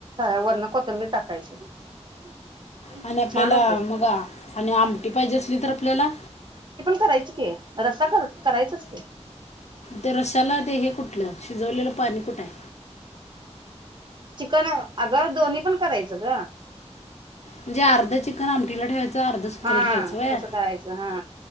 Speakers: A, on the right; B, on the left.
A: वरनं कोथंबीर टाकायची. <inaudible>
B: आणि आपल्याला
A: छान होतंय.
B: मगा आणि आमटी पाहिजे असली तर आपल्याला
A: करायच की रस्सा कर करायचचं की,
B: ते रश्याला ते हे कुठलं? शिजवलेलं पाणी कुठं हाय.
A: चिकन अग दोन्ही पण करायचं ग
B: म्हणजे अर्ध चिकन आमटीला ठेवाय अर्ध सुकेल
A: हा
B: ठेवायच व्हय
A: तसं करायचं हा